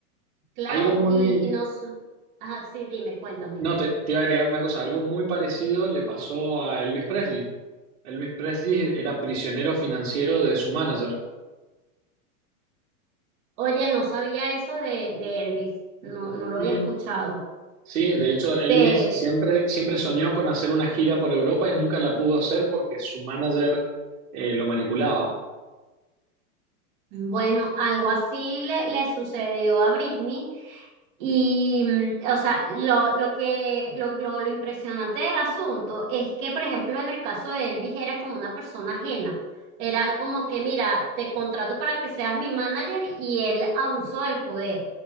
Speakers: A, on the right (about 30°); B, on the right (about 60°).
A: claro,
B: Algo muy,
A: y, y no, s- ajá, sí, dime, cuéntame.
B: no, te, te iba a agregar una cosa, algo muy parecido le pasó a Elvis Presley. Elvis Presley era prisionero financiero de su manager.
A: Oye, no sabía eso de, de Elvis, no, no lo había
B: Mm.
A: escuchado.
B: Sí, de hecho, Elvis
A: Pero,
B: siempre, siempre soñó con hacer una gira por Europa y nunca la pudo hacer porque su manager eh, lo manipulaba.
A: bueno, algo así le, le sucedió a Britney. Y, mm, o sea, lo, lo que, lo, lo, lo impresionante del asunto es que, por ejemplo, en el caso de Elvis era como una persona ajena. Era como que, mira, te contrato para que seas mi manager y él abusó del poder.